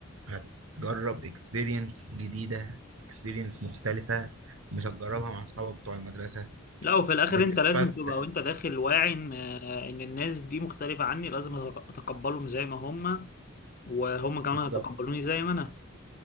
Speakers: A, on the right; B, on the left.
A: هتجرب اكسبيرينس جديدة اكسبيرينس مختلفة مش هتجربها مع صحابك بتوع المدرسة
B: لا وفي الاخر
A: بتتفتح
B: انت لازم تبقى وانت داخل واعي ان ان الناس دي مختلفة عني لازم أتق- اتقبلهم زي ما هم وهم كمان
A: بالظبط
B: هيتقبلوني زي ما انا